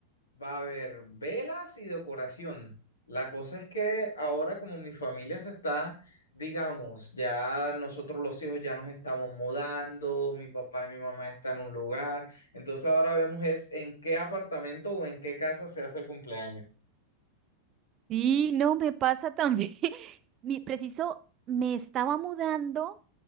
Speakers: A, on the left; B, on the right.
A: Va a haber velas y decoración. La cosa es que ahora como mi familia se está, digamos, ya nosotros los hijos ya nos estamos mudando, mi papá y mi mamá están en un lugar, entonces ahora vemos es en qué apartamento o en qué casa se hace el cumpleaños.
B: Sí, no, me pasa también. <laughs> Mi preciso, me estaba mudando